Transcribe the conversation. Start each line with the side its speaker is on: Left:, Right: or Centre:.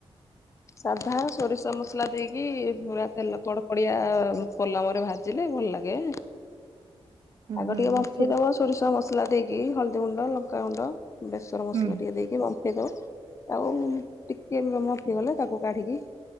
Left: ସାଧା ସୋରିଷ ମସଲା ଦେଇକି ପୂରା ତେଲ କଡ କଡିଆ ପଲମରେ ଭାଜ ଭାଜିଲେ ଭଲ ଲାଗେ।
Right: ହୁଁ
Left: ଆଗ
Right: ହୁଁ।
Left: ଟିକେ ବାମ୍ଫେଇ ଦବ ସୋରିଷ ମସଲା ଦେଇକି ହଳଦୀଗୁଣ୍ଡ ଲଙ୍କାଗୁଣ୍ଡ ବେଷର ମସଲା
Right: ହୁଁ
Left: ଟିକେ ଦେଇକି ବମ୍ଫେ ଇ ଦେବ ଆଉ ଟିକେ ମନ୍ଥି ଗଲେ ତାକୁ କାଢିକି